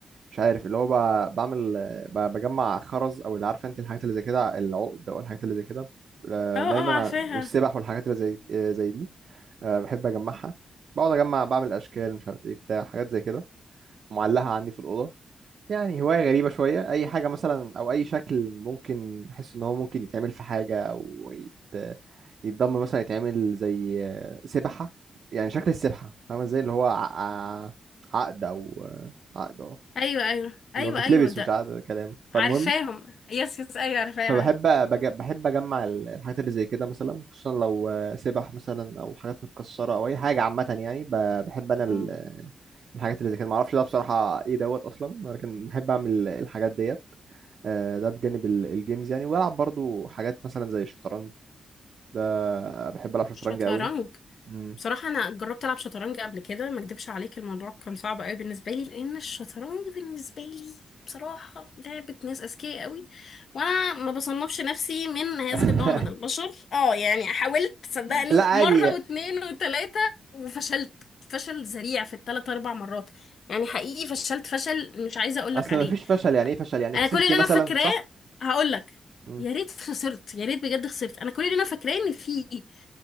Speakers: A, on the right; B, on the left.
A: مش عارف اللي هو ب- بعمل آه، ب- بجمع خرز أو اللي عارفة أنت الحاجات اللي زي كده العقد أو الحاجات اللي زي كده آه
B: اه اه
A: دايما
B: عارفاها
A: ع- والسبح والحاجات اللي زي آه، زي دي آه بحب أجمعها بقعد أجمع بعمل أشكال مش عارف إيه بتاع حاجات زي كده معلقة عندي في الأوضة يعني هواية غريبة شوية أي حاجة مثلا أو أي شكل ممكن أحس إن هو ممكن يتعمل في حاجة أو يت... يتضم مثلا يتعمل زي سبحة يعني شكل السبحة فاهمة إزاي اللي هو ع... ع- عقد أو عقد أه
B: ايوه ايوه ايوه
A: اللي هو بتلبس
B: ايوه ده
A: مش عقد كلام فالمهم
B: عارفاهم يس يس ايوه عارفاها
A: فبحب بج... بحب اجمع ال- الحاجات اللي زي كده مثلا خصوصا لو آه، سبح مثلا او حاجات متكسره او اي حاجه عامه يعني ب... بحب انا ال...
B: مم.
A: الحاجات اللي زي كده معرفش ده بصراحه ايه دوت اصلا ولكن بحب اعمل الحاجات ديت آه، ده بجانب ال- الجيمز يعني وبلعب برضو حاجات مثلا زي الشطرنج ده بحب العب شطرنج
B: شطرنج
A: قوي مم.
B: بصراحة أنا جربت ألعب شطرنج قبل كده ما أكدبش عليك الموضوع كان صعب أوي بالنسبة لي لأن الشطرنج بالنسبة لي بصراحة لعبة ناس أذكياء أوي وأنا ما بصنفش نفسي من هذا
A: <laughs>
B: النوع من البشر أه يعني حاولت صدقني
A: لا عادي
B: مرة واتنين وتلاتة وفشلت فشل ذريع في التلات أربع مرات يعني حقيقي فشلت فشل مش عايزة أقولك
A: اصلا
B: عليه
A: ما فيش فشل يعني ايه فشل يعني
B: انا
A: خسرتي
B: كل اللي
A: مثلا
B: انا فاكراه
A: صح
B: هقول لك
A: مم.
B: يا ريت خسرت يا ريت بجد خسرت انا كل اللي انا فاكراه ان في